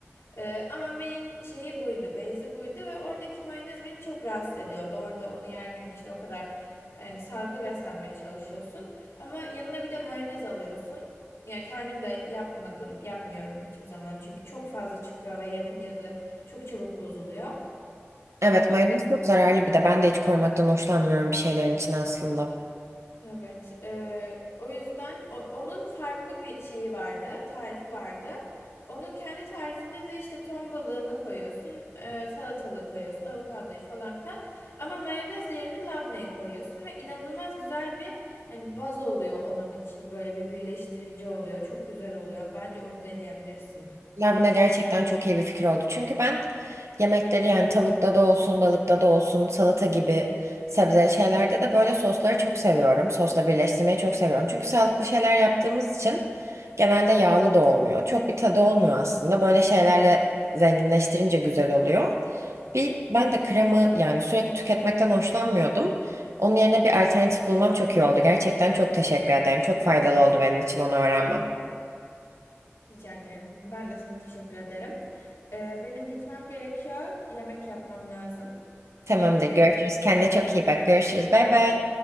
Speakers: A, on the left; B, on the right.
A: E, ama main şeyi buydu. Base'i buydu ve oradaki mayonez beni çok rahatsız ediyordu. Orada onu yerken işte o kadar yani sağlıklı beslenmeye çalışıyorsun. Ama yanına bir de mayonez alıyorsun. Ya kendim de yapmadım, yapmıyorum hiçbir zaman. Çünkü çok fazla çıkıyor ve yapınca da çok çabuk bozuluyor.
B: Evet mayonez çok zararlı bir de ben de hiç koymaktan hoşlanmıyorum bir şeylerin içine aslında.
A: Evet. e, o yüzden o- onun farklı bir şeyi vardı, tarifi vardı. Onun kendi tarifinde de işte ton balığını koyuyorsun, e, salatalığı koyuyorsun, avokadoyu falan filan. Ama mayonez yerine labneyi koyuyorsun ve inanılmaz güzel bir hani baz oluyor onun için. Böyle bir birleştirici oluyor. Çok güzel oluyor. Bence onu deneyebilirsin.
B: Labne gerçekten çok iyi bir fikir oldu. Çünkü ben yemekleri yani tavukta da olsun, balıkta da olsun, salata gibi sebze şeylerde de böyle sosları çok seviyorum. Sosla birleştirmeyi çok seviyorum. Çünkü sağlıklı şeyler yaptığımız için genelde yağlı da olmuyor. Çok bir tadı olmuyor aslında. Böyle şeylerle zenginleştirince güzel oluyor. Bir ben de krema yani sürekli tüketmekten hoşlanmıyordum. Onun yerine bir alternatif bulmam çok iyi oldu. Gerçekten çok teşekkür ederim. Çok faydalı oldu benim için onu öğrenmem.
A: Rica ederim. Ben de sana teşekkür ederim. E, benim gitmem gerekiyor. Yemek yapmam lazım.
B: Tamamdır.
A: Görüşürüz.
B: Görüşürüz. Kendine çok iyi bak. Görüşürüz. Bay bay.